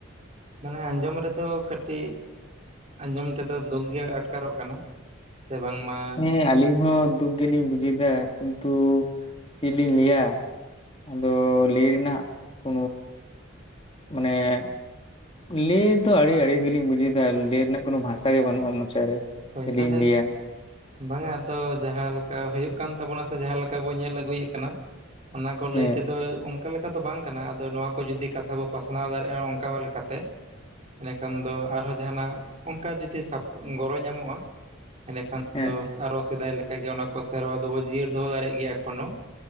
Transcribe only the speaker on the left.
ᱦᱮᱸᱻ ᱟᱹᱞᱤᱧ ᱦᱚᱸ ᱫᱩᱠ ᱜᱮᱞᱤᱧ ᱵᱩᱡᱮᱫᱟ ᱠᱤᱱᱛᱩ ᱪᱮᱫ ᱞᱤᱧ ᱞᱟᱹᱭᱟ᱾ ᱟᱫᱚ ᱞᱟᱹᱭ ᱨᱮᱱᱟᱜ ᱠᱚ ᱢᱟᱱᱮᱻ ᱞᱮᱭ ᱫᱚ ᱟᱹᱰᱤ ᱟᱹᱲᱤᱥ ᱜᱮᱞᱤᱧ ᱵᱩᱡᱮᱫᱟ ᱞᱮᱟᱹᱭ ᱨᱮᱱᱟᱜ ᱠᱳᱱᱚ ᱵᱷᱟᱥᱟ ᱜᱮ ᱵᱟᱹᱱᱩᱜᱼᱟ ᱢᱚᱪᱟᱨᱮ᱾
ᱪᱮᱫᱞᱤᱧ
ᱞᱟᱹᱭᱟ
ᱦᱮᱸ
ᱦᱮᱸ